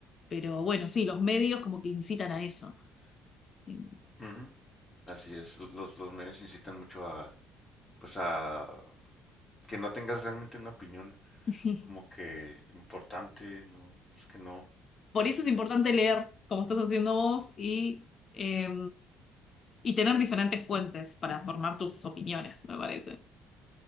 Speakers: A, on the left; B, on the left.
A: pero bueno, sí, los medios como que incitan a eso. Eh,
B: Ujú. Así es, los, los medios incitan mucho a, pues a que no tengas realmente una opinión
A: <laughs>
B: como que importante, no, pues que no,
A: Por eso es importante leer, como estás haciendo vos, y, eh, y tener diferentes fuentes para formar tus opiniones, me parece.